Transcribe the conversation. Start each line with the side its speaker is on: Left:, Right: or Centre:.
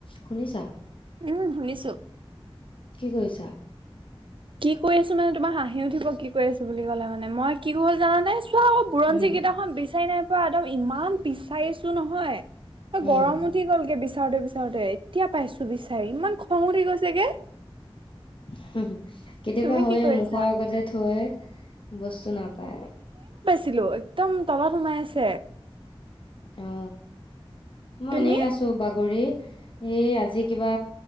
Left: শুনিছা?
Right: উম, শুনিছোঁ।
Left: কি কৰিছা?
Right: কি কৰি আছোঁ মানে তোমাৰ হাঁহি উঠিব কি কৰি আছো বুলি ক'লে মানে মই কি হ'ল জানানে, চোৱা আকৌ বুৰঞ্জী
Left: উম
Right: কিতাপ খন বিচাৰি নাই পোৱা একদম ইমান বিচাৰিছো নহয়,
Left: উম
Right: গৰম উঠি গলগে বিচাৰোতে বিচা তে এতিয়া পাইছোঁ বিচাৰি ইমান খং উঠি গৈছেগে।
Left: হুম হু । কেতিয়াবা
Right: তুমি
Left: হৈয়ে
Right: কি কৰিছা?
Left: মুখৰ আগতে থৈ, বস্তু নাপায় ।
Right: ছিলো একদম তলত সোমাই আছে।
Left: অ। মই
Right: তুমি?
Left: এনেই আছোঁ বাগৰি। এই আজি কিবা,